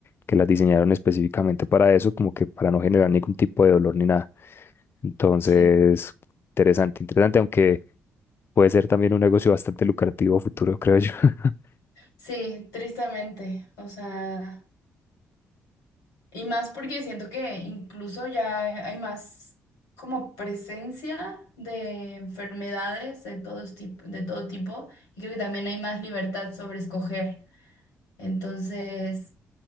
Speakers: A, on the left (about 40°); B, on the left (about 80°).
A: que las diseñaron específicamente para eso, como que para no generar ningún tipo de dolor ni nada. Entonces,
B: Sí,
A: interesante, interesante, aunque puede ser también un negocio bastante lucrativo a futuro, creo yo. <laughs>
B: sí, tristemente. O sea, y más porque siento que incluso ya hay más como presencia de enfermedades de todos tipo, de todo tipo, y creo que también hay más libertad sobre escoger. Entonces,